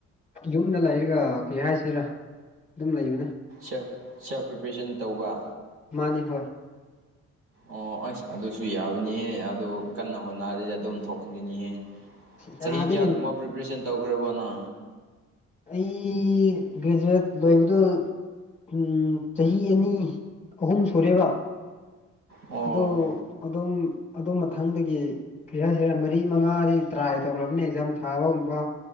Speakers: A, on the left; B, on the right.
A: ꯌꯨꯝꯗ ꯂꯩꯔꯤꯒ ꯀꯩ ꯍꯥꯏꯁꯤꯔꯥ ꯑꯗꯨꯝ ꯂꯩꯕꯅꯦ
B: ꯦꯜ ꯁꯦꯜꯐ ꯄ꯭ꯔꯤꯄꯔꯦꯁꯟ ꯇꯧꯕ
A: ꯃꯥꯅꯦ ꯍꯣꯏ
B: ꯑꯣ ꯑꯁ ꯑꯗꯨꯁꯨ ꯌꯥꯕꯅꯤꯍꯦ ꯑꯗꯨ ꯀꯟꯅ ꯍꯣꯠꯅꯔꯤꯗꯤ ꯑꯗꯨꯝ ꯊꯣꯛꯈ꯭ꯔꯅꯤꯍꯦ
A: ꯌꯥꯗꯦꯅꯦ
B: ꯆꯍꯤ ꯀꯌꯥꯒꯨꯝꯕ ꯄ꯭ꯔꯤꯄꯦꯔꯦꯁꯟ ꯇꯧꯈ꯭ꯔꯕꯅ
A: ꯑꯩ ꯒ꯭ꯔꯦꯖꯨꯋꯦꯠ ꯂꯣꯏꯕꯗꯨꯣ ꯎ ꯆꯍꯤ ꯑꯅꯤ ꯑꯍꯨꯝ ꯁꯨꯔꯦꯕ
B: ꯑꯣ
A: ꯑꯗꯣ ꯑꯗꯨꯝ ꯑꯗꯨ ꯃꯊꯪꯗꯒꯤ ꯐꯁꯔ ꯁꯤꯔ ꯃꯔꯤ ꯃꯉꯥꯗꯤ ꯇ꯭ꯔꯥꯏ ꯇꯧꯔꯕꯅ ꯑꯦꯛꯖꯥꯝ ꯊꯥꯕꯒꯨꯝꯕ